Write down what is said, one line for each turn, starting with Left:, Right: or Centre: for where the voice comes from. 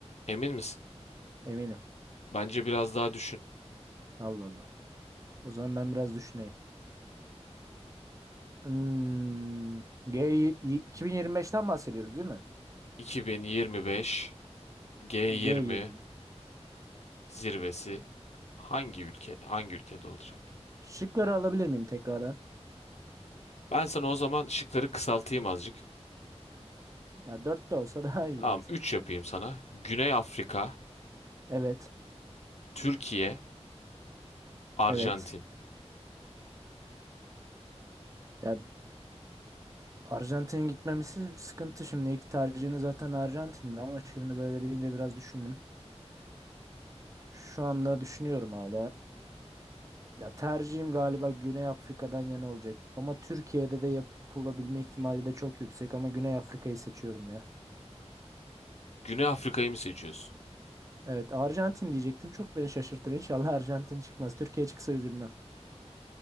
Left: Emin misin?
Right: Eminim.
Left: Bence biraz daha düşün.
Right: Allah Allah. O zaman ben biraz düşüneyim. Hmm. G 2025'ten bahsediyoruz değil mi?
Left: 2025 G20
Right: G20.
Left: zirvesi hangi ülke hangi ülkede olacak?
Right: Şıkları alabilir miyim tekrardan?
Left: Ben sana o zaman şıkları kısaltayım azıcık.
Right: Ya dört de olsa <laughs> daha iyiydi
Left: Tamam
Right: mesela.
Left: 3 yapayım sana. Güney Afrika,
Right: Evet.
Left: Türkiye, Arjantin.
Right: Evet. Ya Arjantin'e gitmemesi sıkıntı şimdi. İlk tercihini zaten Arjantin'de ama şimdi böyle deyince biraz düşündüm. Şu anda düşünüyorum hala. Ya tercihim galiba Güney Afrika'dan yana olacak. Ama Türkiye'de de yapılabilme ihtimali de çok yüksek ama Güney Afrika'yı seçiyorum ya.
Left: Güney Afrika'yı mı seçiyorsun?
Right: Evet Arjantin diyecektim. Çok beni şaşırtır. İnşallah Arjantin çıkmaz. Türkiye çıksa üzülmem.